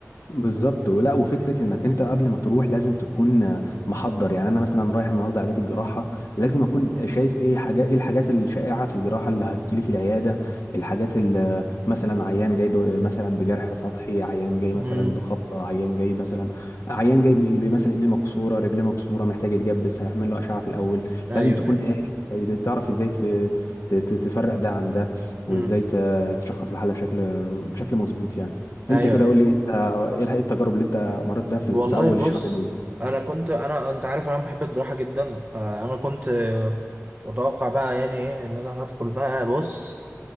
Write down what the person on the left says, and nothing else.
بالظبط ولا وفكره انك انت قبل ما تروح لازم تكون آه، محضر يعني انا مثلا رايح النهارده عياده الجراحه لازم اكون شايف ايه حاجات ايه الحاجات الشائعه في الجراحه اللي هتجيلي في العياده الحاجات اللي مثلا عيان جاي ب- مثلا بجرح سطحي عيان جاي مثلا
بخبطه عيان جاي مثلا عيان جاي ب- ب- مثلا ايديه مكسوره رجليه مكسوره محتاج يتجبس هيعمل له اشعه في الاول
لازم تكون
قاري يعني تعرف ازاي ت- ت- ت- تفرق ده عن ده وازاي
ت- تشخص الحاله بشكل بشكل مظبوط يعني
انت كده
قول لي انت ايه إيه التجارب اللي انت مريت بيها في
في اول
شهرين دول